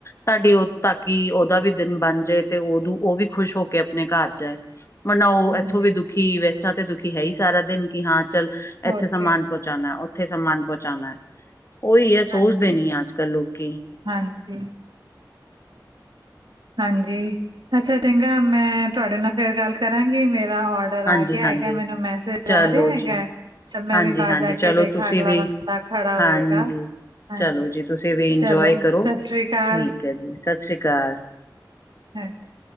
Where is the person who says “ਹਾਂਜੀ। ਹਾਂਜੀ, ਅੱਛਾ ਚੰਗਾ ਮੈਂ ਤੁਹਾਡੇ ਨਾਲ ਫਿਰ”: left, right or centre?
Right